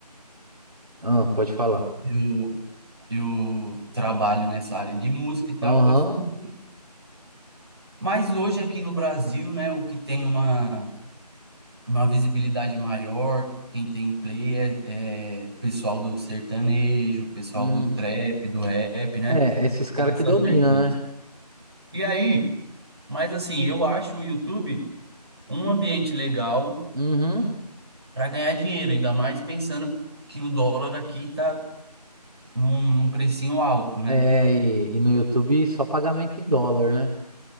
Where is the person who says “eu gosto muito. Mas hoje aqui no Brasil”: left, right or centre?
Right